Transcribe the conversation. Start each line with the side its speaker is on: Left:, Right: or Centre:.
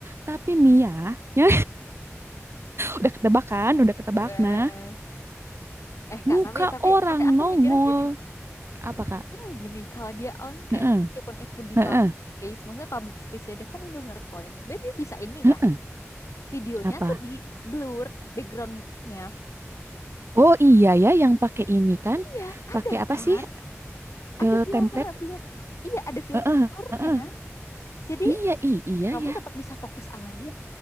Right: tapi nih ya, <laughs> ya udah ketebak kan, udah ketebak
Left: Heeh.
Right: nah.
Left: Eh, Kak,
Right: Muka
Left: tapi tapi
Right: orang
Left: tapi aku
Right: nongol
Left: mikirnya gini.
Right: apa Kak?
Left: kan gini kalau dia on cam
Right: Heeh,
Left: meskipun itu di
Right: heeh,
Left: public space maksudnya public space ya dia kan Indomaret Point sebenarnya dia bisa ini
Right: heeh.
Left: nggak sih videonya
Right: Apa?
Left: tuh di blur backgroundnya
Right: Oh iya ya yang pakai ini kan.
Left: iya ada
Right: Pakai apa
Left: kan
Right: sih? Eh,
Left: ada filter
Right: template.
Left: blur iya ada filter
Right: Heeh.
Left: blurnya
Right: Heeh.
Left: jadi
Right: Iya, i- iya
Left: kamu
Right: ya.
Left: tetap bisa fokus sama dia